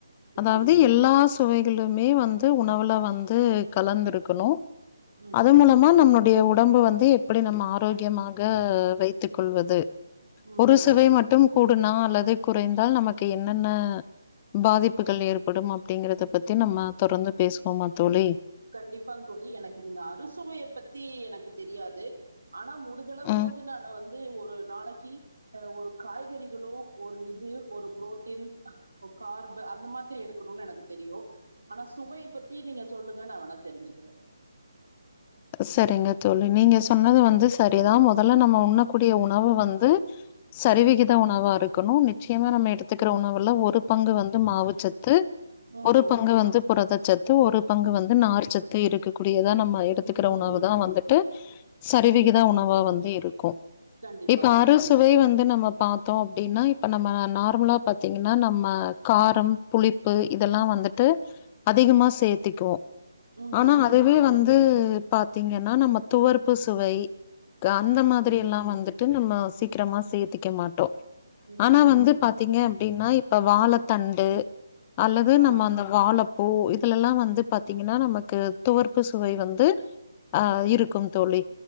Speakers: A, on the left; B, on the right.
A: அதாவது
B: ம் ம்
A: எல்லா சுவைகளுமே வந்து உணவுல வந்து கலந்துருக்கணு
B: ம்
A: அது மூல மா நம்முடைய உடம்பு வந்து எப்டி நம்ம ஆரோக்கியமாக வைத்துக் கொள்வது
B: ம்
A: ஒரு
B: ம்
A: சுவை மட்டும் கூடுனா அல்லது குறைந்தால் நமக்கு என்னென்ன பாதிப் புகள் ஏற்படும் அப்டிங்கிறத பத்தி நம்ம தொடர்ந்து பேசுவோம்மா தோழி
B: கண்டிப்பாங் தோழி எனக்கு நீங்க அறுசுவைய பத்தி எனக்கு தெரியாது ஆனா முடுஞ்சளவுக்கு
A: ம்
B: வந்து நானு வந்து ஒரு நாளக்கி அ ஒரு காய்கறிகளு ஒரு இது ஒரு புரோட்டீன் இப்ப கார்பு அந்த மாதிரி எடுக்கணுனு எனக்கு தெரியு ஆனா சுவைய பத்தி நீங்க சொல்லு ங்க நா வேனா தெருஞ்சுக்கிறே
A: சரிங்க தோழி நீங்க சொன்னது வந்து சரி தா முதல்ல நம்ம உண்ணக்கூடிய உணவு வந்து சரிவிகித உணவா இருக்கணு நிச்சயமா நம்ம எடுத்துக்கிற உணவுல ஒரு பங்கு வந்து மாவு சத் து
B: ம்
A: ஒரு பங்கு வந்து புரதச்சத்து ஒரு பங்கு வந்து நார்ச்சத்து இருக்கக்கூடியதா நம்ம எ டுத்துக்கிற
B: ம்
A: உணவு தா வந்துட்டு சரிவிகித உணவா வந்து இருக்கு
B: கண்டிப்பாங்க
A: இப்ப அறுசுவை
B: ம்
A: வந்து நம்ம பா த்தோ அப்டின்னா இப்ப நம்ம நார்மலா பாத்தீங்கன்னா நம்ம காரம் புளிப்பு இதல்லா வந்துட்டு அதிகமா சேர்த்திக்குவோ
B: ம்
A: ஆனா
B: ஆமாங்க
A: அதுவே
B: தோழி
A: வந்து பாத்தீங்கன்னா நம்ம துவர்ப்பு சுவை க அந்த மாதிரி
B: ம்
A: எல்லா வந்துட் டு நம்ம சீக்கிரமா சேத்திக்க மாட்டோ
B: ம்
A: ஆனா
B: ம்
A: வந்து பாத் திங்க அப்டின்னா இப்ப வாழத்தண்டு அல்லது
B: ஆ
A: நம்ம அந்த வாழப்பூ இதுலல்லா வந்து பாத்தீங்கன்னா நமக்கு துவர்ப்பு சுவை வந்து ஆ இருக்குங் தோழி